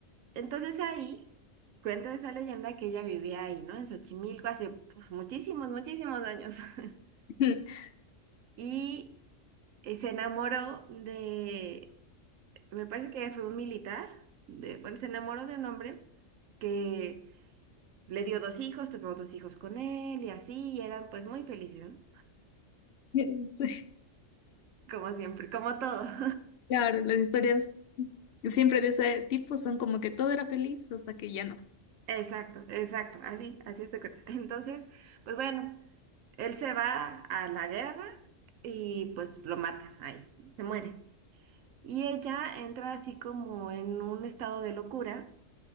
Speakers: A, on the right; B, on the left.
A: Entonces ahí cuenta esa leyenda que ella vivía ahí, ¿no? En Xochimilco hace pues, muchísimos, muchísimos años. <laughs>
B: <laughs>
A: Y eh, se enamoró de, me parece que fue un militar, de, bueno, se enamoró de un hombre que le dio dos hijos, tuvo dos hijos con él y así, y eran pues muy felices, ¿no?
B: Sí,
A: Como siempre, como todo. <laughs>
B: claro, las historias siempre de ese tipo son como que todo era feliz hasta que ya no.
A: Exacto, exacto, así, así es de cuenta. <laughs> Entonces, pues bueno, él se va a la guerra y pues lo matan ahí, se muere. Y ella entra así como en un estado de locura